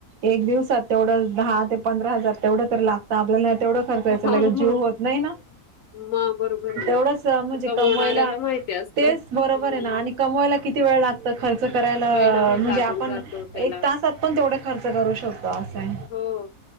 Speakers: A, on the right; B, on the left.
A: एक दिवसात तेवढं दहा ते पंधरा हजार तेवढं तर लागतं आपल्याला तेवढं खर्चायचं
B: हा
A: लगे
B: मग
A: जीव होत नाही ना.
B: मग बरोबर आहे
A: तेवढसं
B: ना
A: म्हणजे
B: कमवणाऱ्याला
A: कमवायला
B: माहिती असतं.
A: तेच बरोबर
B: हा,
A: आहे ना
B: मग
A: आणि कमवायला किती वेळ लागतं खर्च करायलाआ
B: महिनाभर
A: म्हणजे
B: लागून
A: आपण
B: जातो त्याला
A: एक तासात पण तेवढे खर्च करू शकतो असंय
B: हो.